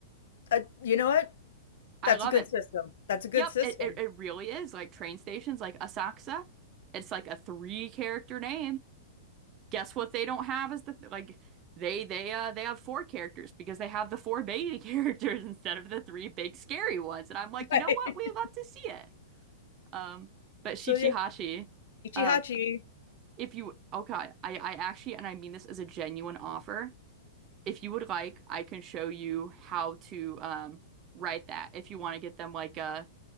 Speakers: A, on the left (about 70°); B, on the right (about 35°).
A: Uh, you know what?
B: I
A: That's
B: love
A: a good
B: it.
A: system. That's a good
B: Yep,
A: system.
B: it, it, it
A: <laughs>
B: really is like train stations, like Asakusa. It's like a three character name. Guess what they don't have is the th like they they uh they have four characters because they have the four baby <laughs> characters instead of the three big scary ones. And I'm like,
A: Right.
B: you know what? We love to see it. Um, but
A: So
B: Shichihachi,
A: yeah,
B: uh,
A: Hachi.
B: if you okay, I I actually and I mean this as a genuine offer. If you would like, I can show you how to um write that if you want to get them like a